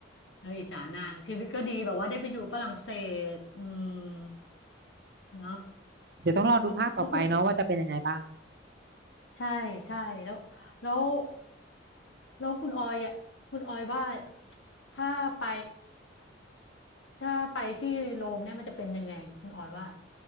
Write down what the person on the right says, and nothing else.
เดี๋ยวต้องรอดูภาคต่อไปเนาะว่าจะเป็นยังไงบ้าง